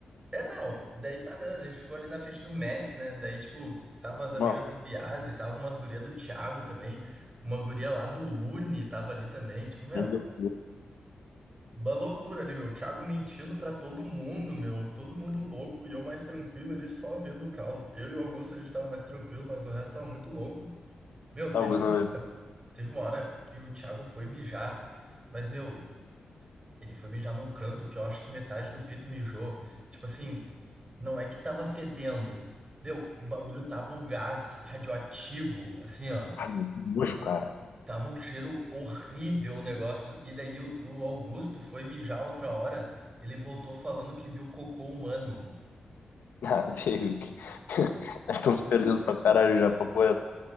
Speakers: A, on the right; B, on the left.
A: É, não, daí tá beleza, a gente ficou ali na frente do Mets, né? Daí, tipo, tava as amigas
B: não.
A: do Biase, tava umas gurias do Thiago também, uma guria lá do Uni tava ali também, tipo, meu.
B: Meu Deus,
A: Uma loucura ali, meu. O Thiago mentindo pra todo mundo, meu. Todo mundo louco e eu mais tranquilo ali só vendo o caos. Eu e o Augusto a gente tava mais tranquilo, mas o resto tava muito louco. Meu, teve,
B: Augusto não bebeu.
A: teve uma hora que o Thiago foi mijar, mas, meu, ele foi mijar num canto que eu acho que metade do pito mijou. Tipo assim, não é que tava fedendo. Meu, o bagulho tava um gás radioativo, assim, ó.
B: Ai, meu, que nojo, cara.
A: Tava um cheiro horrível o negócio. E daí os- o Augusto foi mijar outra hora. Ele voltou falando que viu cocô humano.
B: <laughs> Ah, veio que <laughs> estão se perdendo pra caralho já, papo reto.